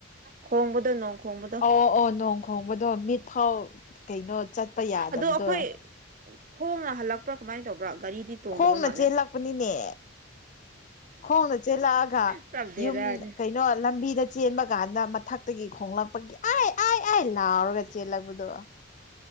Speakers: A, on the right; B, on the left.
A: ꯈꯣꯡꯕꯗꯨ ꯅꯣꯡ ꯈꯣꯡꯕꯗꯣ
B: ꯑꯣ ꯑꯣ ꯅꯣꯡ ꯈꯣꯡꯕꯗꯣ ꯃꯤꯠ ꯐꯥꯎ ꯀꯩꯅꯣ ꯆꯠꯄ ꯌꯥꯗꯕꯗꯔꯣ
A: ꯑꯗꯣ ꯑꯩꯈꯣꯏ ꯈꯣꯡꯅ ꯍꯜꯂꯛꯄ꯭ꯔꯥ ꯀꯃꯥꯏꯅ ꯇꯧꯕ꯭ꯔꯥ ꯒꯥꯔꯤꯗꯤ ꯇꯣꯡꯗꯕ
B: ꯈꯣꯡꯅ
A: ꯃꯥꯜꯂꯦ
B: ꯆꯦꯜꯂꯛꯄꯅꯤꯅꯦ ꯈꯣꯡꯗ ꯆꯦꯜꯂꯛꯑꯒ
A: ꯄꯨꯔꯥ ꯕꯦꯔꯥꯅꯤ
B: ꯌꯨꯝ ꯀꯩꯅꯣ ꯂꯝꯕꯤꯗ ꯆꯦꯟꯕ ꯀꯥꯟꯗ ꯃꯊꯛꯇꯒꯤ ꯈꯣꯡꯂꯛꯄꯒꯤ ꯑ ꯑꯥꯏ ꯑ ꯂꯥꯎꯔꯒ ꯆꯦꯜꯂꯛꯄꯗꯣ